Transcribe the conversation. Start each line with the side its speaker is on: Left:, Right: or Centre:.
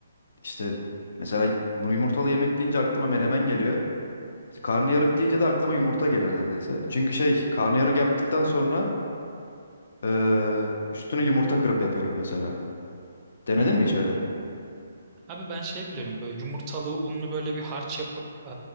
Left: işte... Mesela bu yumurtalı yemek deyince aklıma menemen geliyor. İşte karnıyarık deyince de aklıma yumurta geliyor neredeyse. Çünkü şey karnıyarık yaptıktan sonra e, üstüne yumurta kırıp yapıyorum mesela. Denedin
Right: Hmm.
Left: mi hiç öyle?
Right: Abi ben şey biliyorum böyle yumurtalı unlu böyle bir harç yapıp e,